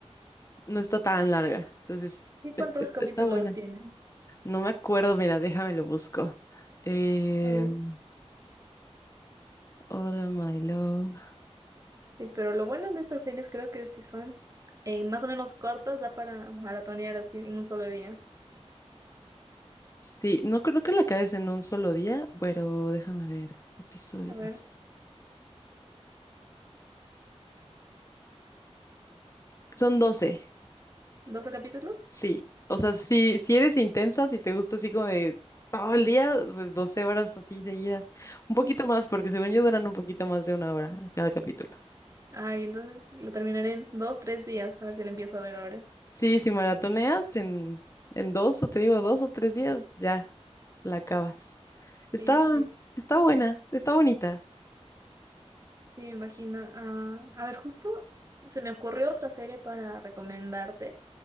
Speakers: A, on the left; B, on the right.
A: no está tan larga. Entonces,
B: ¿Y cuántos
A: est- est-
B: capítulos
A: está buena.
B: tienen?
A: No me acuerdo, mira, déjame lo busco. Em,
B: A ver.
A: All my love.
B: Sí, pero lo bueno de estas series creo que si son eh, más o menos cortas, da para maratonear así en un solo día.
A: Sí, no creo que la acabes en un solo día, pero déjame ver. Episodios.
B: A ver,
A: Son doce,
B: ¿12 capítulos?
A: sí. O sea, si, si eres intensa, si te gusta así como de todo el día, pues 12 horas así seguidas. Un poquito
B: Sí.
A: más, porque según yo duran un poquito más de una hora cada capítulo.
B: Ay, entonces lo terminaré en dos, tres días. A ver si lo empiezo a ver ahora.
A: Sí, si maratoneas en, en dos, o te digo dos o tres días, ya la acabas.
B: Sí,
A: Está,
B: sí.
A: está buena, está bonita.
B: Sí, me imagino. Ah, a ver, justo se me ocurrió otra serie para recomendarte.